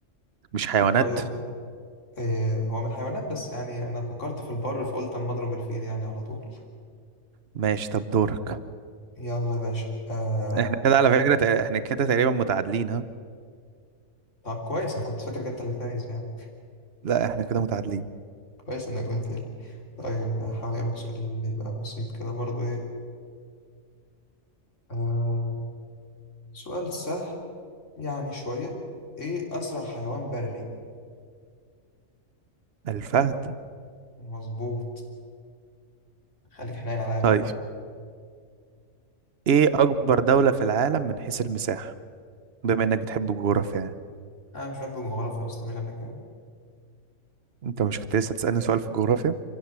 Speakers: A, on the right (about 55°); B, on the left (about 70°).
A: مش حيوانات
B: طيب إيه هو من الحيوانات بس يعني انا فكرت في البر فقلت اما اضرب الفيل يعني على طول
A: ماشي طب دورك
B: يلا يا باشا آه
A: احنا كده على فكرة تق- احنا كده تقريبا متعادلين ها
B: طب كويس انا كنت فاكرك انت اللي فايز يعني
A: لا احنا كده متعادلين
B: كويس انك قلت لي طيب هحاول اجيب لك سؤال يبقى بسيط كده برضو ايه آه سؤال سهل يعني شوية ايه اسرع حيوان بري
A: الفهد
B: مظبوط خليك حنين عليا بقى
A: طيب
B: ها
A: ايه اكبر دولة في العالم من حيث المساحة بما انك بتحب الجغرافيا يعني
B: انا مش بحب الجغرافيا اصلا مين قال لك كده
A: انت مش كنت لسه تسألني سؤال في الجغرافيا